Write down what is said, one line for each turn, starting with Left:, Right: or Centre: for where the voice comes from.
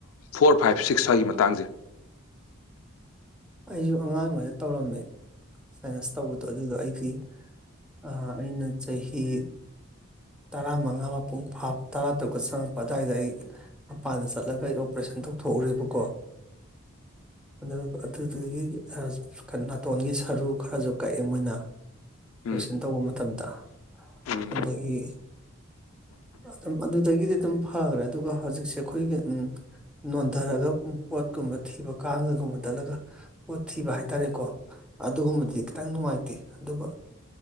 Left: ꯐꯣꯔ ꯐꯥꯏꯚ ꯁꯤꯛꯁ ꯁ꯭ꯋꯥꯏꯒꯤ ꯃꯇꯥꯡꯁꯦ
Centre: ꯑꯩꯁꯨ ꯑꯉꯥꯡ ꯑꯣꯏꯔꯤꯉꯥꯏꯗ ꯇꯧꯔꯝꯃꯦ ꯁꯥꯏꯅꯁ ꯇꯧꯕꯗꯣ ꯑꯗꯨꯗꯣ ꯑꯩꯗꯤ ꯑꯥ ꯑꯩꯅ ꯆꯍꯤ ꯇꯔꯥꯃꯉꯥ ꯃꯄꯨꯡ ꯐꯥꯕ ꯇꯔꯥ ꯇꯔꯨꯛꯇ ꯆꯪꯉꯛꯄ ꯑꯗꯥꯏꯗ ꯑꯩ ꯃꯄꯥꯟꯗ ꯆꯠꯂꯒ ꯑꯩ ꯑꯣꯄꯔꯦꯁꯟ ꯇꯧꯊꯣꯛꯎꯔꯤꯕꯀꯣ ꯑꯗꯨꯒ ꯑꯗꯨꯗꯒꯤ ꯑ ꯀꯩꯅꯣ ꯅꯥꯇꯣꯟꯒꯤ ꯁꯔꯨ ꯈꯔꯖꯨ ꯀꯛꯑꯦ ꯃꯣꯏꯅ ꯄ꯭ꯔꯦꯁꯟ
Left: ꯎꯝ
Centre: ꯇꯧꯕ ꯃꯇꯝꯗ
Left: ꯎꯝ
Centre: ꯑꯗꯒꯤ ꯑꯗꯨꯝ ꯑꯗꯨꯗꯒꯤꯗꯤ ꯑꯗꯨꯝ ꯐꯈ꯭ꯔꯦ ꯑꯗꯨꯒ ꯍꯧꯖꯤꯛꯁꯦ ꯑꯩꯈꯣꯏꯒꯤ ꯎꯝ ꯅꯣꯟꯊꯔꯒ ꯄꯣꯠꯀꯨꯝꯕ ꯊꯤꯕ ꯀꯥꯡꯉꯒꯨꯝꯕꯗꯠꯂꯒ ꯄꯣꯠ ꯊꯤꯕ ꯍꯥꯏꯇꯥꯔꯦꯀꯣ ꯑꯗꯨꯒꯨꯝꯕꯗꯨꯗꯤ ꯈꯤꯇꯪ ꯅꯨꯡꯉꯥꯏꯇꯦ ꯑꯗꯨꯒ